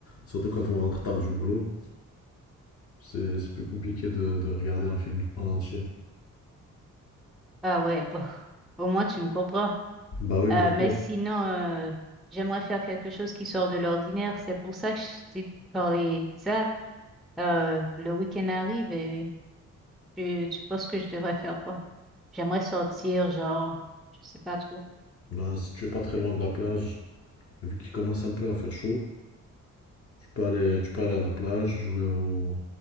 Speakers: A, on the left; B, in the centre.
A: Surtout quand on rentre tard du boulot. C'est c'est plus compliqué de, de regarder un film en entier.
B: Ah ouais, bon. Au moins, tu me comprends.
A: Bah oui,
B: Euh,
A: bien sûr.
B: mais sinon, euh, j'aimerais faire quelque chose qui sort de l'ordinaire. C'est pour ça que je t'ai parlé de ça. Euh, le week-end arrive et tu, tu penses que je devrais faire quoi? J'aimerais sortir, genre, je sais pas trop.
A: Bah, si tu es pas très loin de la plage, vu qu'il commence un peu à faire chaud, tu peux aller, tu peux aller à la plage, jouer au,